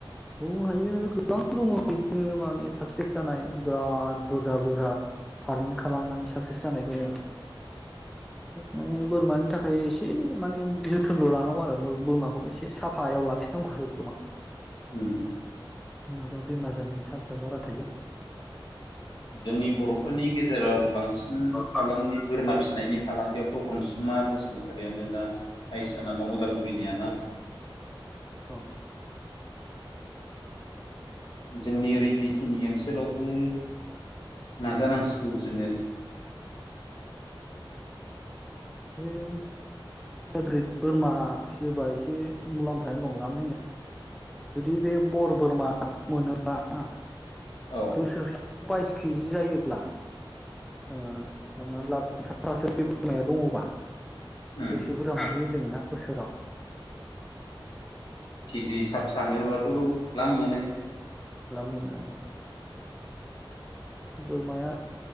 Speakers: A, in the centre; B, on the left (about 60°).
A: आं हायो गोबां दङ बिदिनो माने साक्सेस जानाय बिराद बुरजा बुरजा फार्मिं खालामनानै साक्सेस जानाय दङ
B: <inaudible>
A: माने बोरमानि थाखाय एसे माने जोथोनल' लानांगौ आरो बोरमाखौ एसे साफायाव लाखि <unintelligible>
B: उम
A: नङाबा बेमार जानायनि चान्सा बारा थायो
B: जोंनि बर'फोरनि गेजेराव बांसिन फालांगि
A: बांसिन
B: बोरमा फिसिनायनि फालांगियाव अनसुमा बसुमतारियानो दा हाइसाना दं अदालगुरि <unintelligible>
A: औ औ
B: जोंनि ओरै बिजनि ओनसोलावबो नाजा <unintelligible> जोङो
A: हम हाइब्रिद बोरमा फिसियोबा एसे मुलाम्फायानो <unintelligible> जुदि बे बर बोरमाखौ मोनोब्ला
B: औ
A: बोसोर- बाइस केजि जायोब्ला ओ- हमनानै ला पन्सासथासो बे बोरमाया दङबा
B: उम
A: बेसे बुज्रा मोनहैयो जोङोना बोसोराव
B: जि हिसाब सानोबाथ' लाम मोनो
A: मोनो बोरमाया